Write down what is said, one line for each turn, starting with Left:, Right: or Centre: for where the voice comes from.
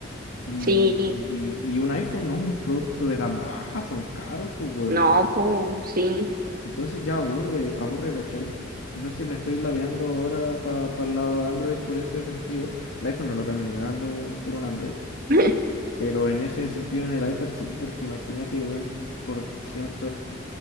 Left: Y,
Right: sí.
Left: y, y un iPhone no es un producto de gama baja, son caros, pues, weón.
Right: No, pues, sí.
Left: Entonces ya aburre, aburre, ¿cachai? Entonces me estoy ladeando ahora para el lado de Android por ese sentido. El iPhone no lo cambio ni cagando por un Android.
Right: <laughs>
Left: Pero en ese sentido en el iPad sí, porque imagínate, weón, por cien,